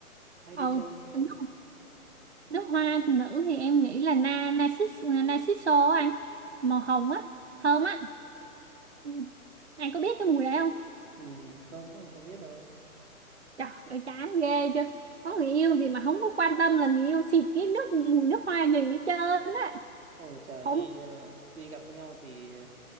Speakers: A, on the right; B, on the right.
A: hay
B: ờ
A: đi chơi.
B: nước,
A: Ừ.
B: nước hoa nữ thì em nghĩ là na narcis narciso á anh màu hồng á thơm á Ừ. anh có biết cái mùi đấy không
A: Ừ, không, anh không biết đâu.
B: trời ơi chán ghê chưa có người yêu gì mà không có quan tâm là người yêu xịt cái nước mùi nước hoa gì hết trơn á
A: Ôi trời
B: không
A: đi ờ, đi gặp nhau thì ờ,